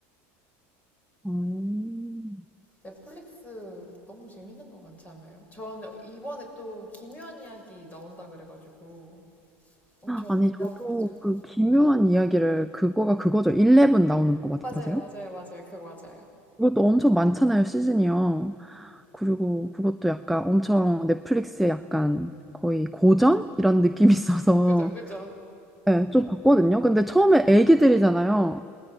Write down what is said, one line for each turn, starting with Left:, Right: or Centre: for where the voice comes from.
Centre: 음.
Left: 넷플릭스 너무 재밌는 거 많지 않아요? 저는 이번에 또 기묘한 이야기 나온다 그래가지고 엄청
Centre: 아니,
Left: 기대하고
Centre: 저도
Left: 있어요.
Centre: 그 기묘한 이야기를 그거가 그거죠. 11 나오는 거 맞,
Left: 맞아요,
Centre: 맞아요?
Left: 맞아요, 맞아요. 그거 맞아요.
Centre: 그것도 엄청 많잖아요, 시즌이요. 그리고 그것도 약간 엄청 넷플릭스에 약간 거의 고전? 이런 느낌이 있어서
Left: 그죠, 그죠.
Centre: 네, 좀 봤거든요. 근데 처음에 애기들이잖아요.